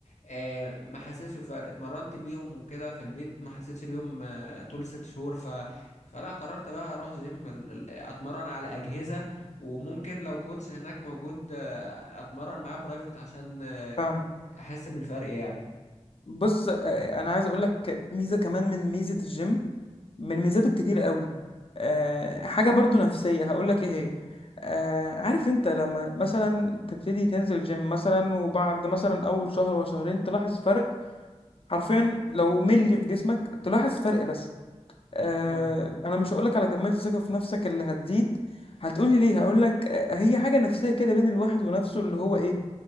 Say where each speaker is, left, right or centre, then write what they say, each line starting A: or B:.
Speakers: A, on the left; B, on the left.
A: آه، ما حسيتش بفرق اتمرنت بيهم وكده في البيت ما حسيتش بيهم آه، طول ست شهور ف... فلا قررت بقى اروح جيم ال- ال- اتمرن على اجهزه وممكن لو كوتش هناك موجود آه، اتمرن معاه برايفت عشان آه،
B: فاهم
A: احس بالفرق يعني
B: بص آه، انا عايز اقول لك ميزه كمان من ميزه الجيم من ميزاته الكتير قوي أه حاجة برضو نفسية هقولك ايه هي أه عارف انت لما مثلا تبتدي تنزل جيم مثلا وبعد مثلا اول شهر وشهرين تلاحظ فرق حرفيا لو ملي في جسمك تلاحظ فرق بس أه
A: اه
B: انا مش هقولك على كمية الثقة في نفسك اللي هتزيد هتقولي ليه هقولك آه، هي حاجة نفسية كده بين الواحد ونفسه اللي هو ايه